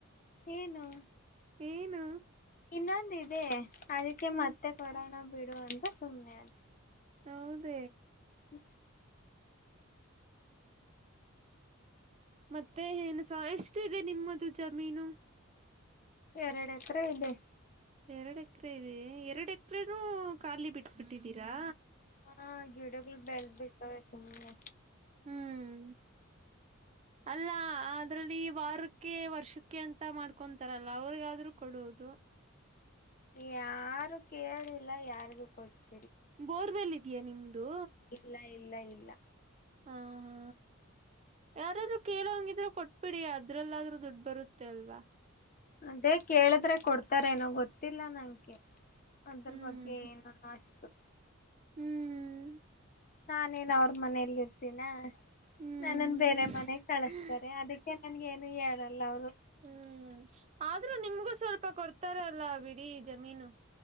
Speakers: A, on the left (about 40°); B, on the right (about 30°).
A: ಏನು
B: ಏನು
A: ಇನ್ನೊಂದ ಇದೆ ಅದಕ್ಕೆ
B: ಹ
A: ಮತ್ತೆ ಕೊೋಡೋಣ ಬಿಡು ಅಂತ ಸುಮ್ಮನೆ ಅ
B: ಹೌದ
A: ಹ್ಞ
B: ಮತ್ತೆ ಏನುಸ ಎಷ್ಟ ಇದೆ ನಿಮ್ಮದು ಜಮೀನು
A: ಎರಡು ಎಕರ ಇದೆ
B: ಎರಡು ಎಕರೆ ಇದೆ ಎರಡು ಎಕರೆನೂ ಕಖಾಲಲ್ಲಿ ಬಿಟ್ಟ ಬಿಿಟ್ಟಿದ್ದೀರಾ
A: ಹಾ ಗಿಡಗಳು ಬೆಲ್ ಬಿಡ್ತಾವವೆ ತುಮ್ಮ್ನೆ
B: ಹ್ಮ್ ಅಲ್ಲ ಅದ್ರಲ್ಲಿ ವಾರಕ್ಕೆ ವರ್ಷಕ್ಕೆ ಅಂತ ಮಾಡ್ಕೊಂತಾರಲ್ಲ ಅವರಿಗಾದ್ರರು ಕೊಡುವುದು
A: ಯಾರು ಕೇಳಿಲ್ಲ ಯಾರಿಗೂ ಕೊಟ್ಟ
B: ಬೋರ್ವೆಲ್ ಇದೆಯಾ ನಿಮ್ದು
A: ಇಲ್ಲ ಇಲ್ಲ ಇಲ್ಲ
B: ಹ ಹಾ ಯಾರಾದ್ರೂ ಕೇಳೋ ಹಂಗಿದ್ರೆ ಕೊಟ್ಬಿಡಿ ಅದ್ರಲ್ಲಾದ್ರೂ ದುಡ್ಡು ಬರುತ್ತೆ ಅಲ್ವಾ
A: ಅದೇ ಕೇಳಿದ್ರೆ ಕೊಡ್ತಾರೇನೋ ಗೊತ್ತಿಲ್ಲ ನನ್ಗೆ ಅದ್ರ
B: ಹ್ಮ್
A: ಬಗ್ಗೆ ಏನ ಏನೋ ಅನಿಸಿತು
B: ಹ್ಮ್
A: ನಾನೇನ್ ಅವ್ರ ಮನೇೆಯಲ್ಲಿ ಇರ್ತೀನಾ
B: ಹ್ಮ್
A: ನನ್ನನ್ ಬೇರೆ ಮನೆಗ್ ಕಳಸ್ತಾರೆ
B: ಹ್ಮ್
A: ಅದಕ್ಕೆ ನನ್ಗ ಏನು ಹೇಳಲ್ಲ ಅವರು
B: ಹ್ಮ್ ಆದ್ರೂ ನಿಮ್ಗೂ ಸ್ವಲ್ಪ ಕೊಡ್ತಾರಲ್ಲ ಬಿಡಿ ಜಮೀನು